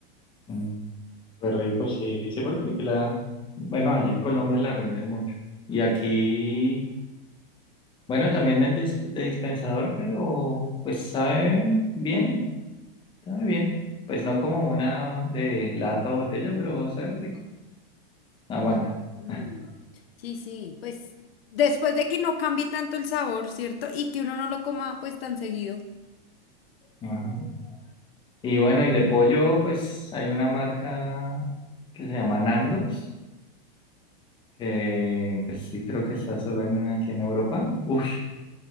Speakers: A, on the left; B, on the left.
A: mm, Fue rico, sí. Sí, porque aquí la, bueno, allá en Colombia la rinden mucho. Y aquí, bueno, también es dis- de dispensador, pero pues sabe bien. Está muy bien. Pues no como una de lata o botella, pero sabe rico.
B: Mm,
A: Aguanta.
B: mm.
A: <laughs>
B: Sí, sí. Pues después de que no cambie tanto el sabor, ¿cierto? Y que uno no lo coma pues tan seguido.
A: Ajá. Y bueno, y de pollo, pues hay una marca que se llama Nandos, que pues sí creo que está solo en, aquí en Europa. Uf,